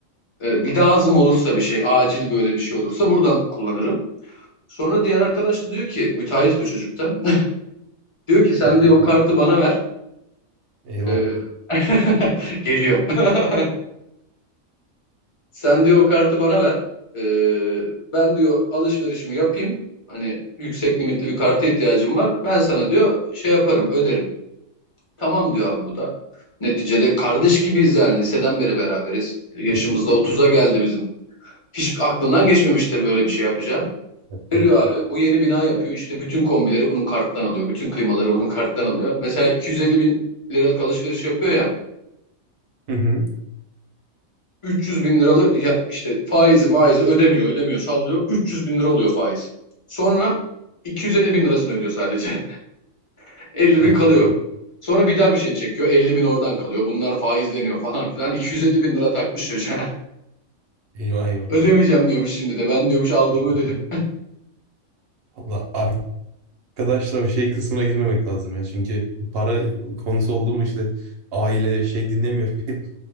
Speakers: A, on the left; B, on the right.
A: e, bir lazım olursa bir şey acil böyle bir şey olursa buradan kullanırım. Sonra diğer arkadaş da diyor ki müteahhit bu çocukta. <laughs> Diyor ki sen
B: <laughs>
A: diyor o kartı bana ver.
B: Eyvah.
A: E, <laughs> geliyor. <laughs> Sen diyor o kartı bana ver. Ee, ben diyor alışverişimi yapayım. Hani yüksek limitli bir karta ihtiyacım var. Ben sana diyor şey yaparım, öderim. Tamam diyor abi bu da. Neticede kardeş gibiyiz yani liseden beri beraberiz. Yaşımızda
B: <laughs>
A: otuz'a geldi bizim. Hiç aklından geçmemiştir böyle bir şey yapacağı.
B: Ya, Tabii.
A: Veriyor abi bu yeni bina yapıyor. İşte bütün kombileri bunun karttan alıyor. Bütün klimaları bunun karttan alıyor. Mesela 250 bin liralık alışveriş yapıyor ya.
B: Hı hı.
A: 300 bin liralı ya işte faizi maizi ödemiyor ödemiyor sallıyor 300 bin lira oluyor faiz. Sonra 250 bin lirasını ödüyor sadece <laughs> 50
B: <laughs>
A: bin kalıyor. Sonra bir daha bir şey çekiyor 50 bin oradan kalıyor bunlar faizleniyor falan filan 250 bin lira takmış çocuğa.
B: Eyvah
A: <laughs>
B: eyvah.
A: Ödemeyeceğim diyormuş şimdi de ben diyormuş aldığımı
B: <laughs>
A: ödedim.
B: Valla ar- Arkadaşlar o şey kısmına girmemek lazım ya. Çünkü para konusu oldu mu işte aile şey dinlemiyor. <laughs> Hep